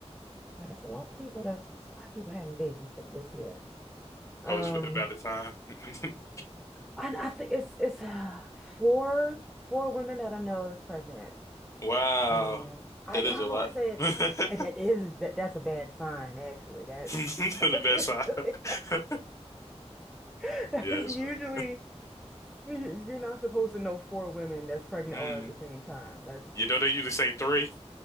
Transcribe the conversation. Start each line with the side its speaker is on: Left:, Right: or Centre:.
Centre: Like it's a lot of people that's it's a lot of people having babies th- this year. Um,
Left: I was about the time. <laughs>
Centre: and I think it's it's uh, four four women that I know is pregnant.
Left: Wow.
Centre: Um, I
Left: That
Centre: know.
Left: is a lot.
Centre: I said,
Left: <laughs> That's
Centre: and that is that that's a bad sign actually. That's
Left: The
Centre: <laughs> that's
Left: best
Centre: usually
Left: side. <laughs>
Centre: <laughs> that's
Left: Yeah, it's
Centre: usually
Left: funny.
Centre: you- you're not supposed to know four women that's pregnant
Left: Mm.
Centre: all at the same time. That's
Left: You know they usually say three.